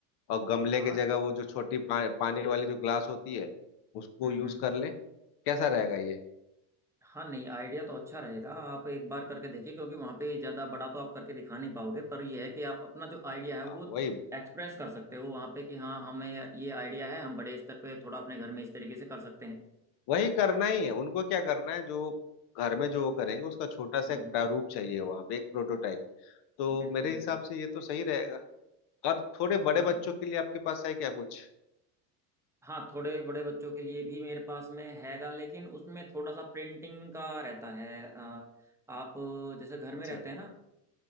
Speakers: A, on the left (about 55°); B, in the centre.
A: और गमले
B: हाँ
A: की जगह वो जो छोटी पा, पानी वाली जो ग्लास होती है उसको
B: हम्म
A: यूज
B: हम्म,
A: कर ले कैसा रहेगा ये
B: हाँ नहीं आइडिया तो अच्छा रहेगा आप एक बार करके देखिए क्योंकि वहाँ पे ज़्यादा बड़ा तो आप करके दिखा नहीं पाओगे पर यह है कि आप अपना जो आइडिया है
A: हाँ
B: वो
A: वही
B: एक्सप्रेस कर सकते हो वहाँ पे कि हाँ हमें ये आइडिया है हम बड़े स्तर पे थोड़ा अपने घर में इस तरीके से कर सकते हैं
A: वही करना ही है उनको क्या करना है जो घर में जो वो करेंगे उसका छोटा सा
B: हम्म
A: एक प्रारूप चाहिए वहां पे एक प्रोटोटाइप तो
B: बिल्कुल
A: मेरे
B: बिल्कुल
A: हिसाब से ये तो सही रहेगा और थोड़े बड़े
B: हाँ
A: बच्चों के लिए आपके पास है क्या कुछ
B: हाँ थोड़े बड़े बच्चों के लिए भी मेरे पास में हैगा लेकिन उसमें थोड़ा सा प्रिंटिंग का रहता है अ, आप जैसे घर में
A: अच्छा
B: रहते हैं ना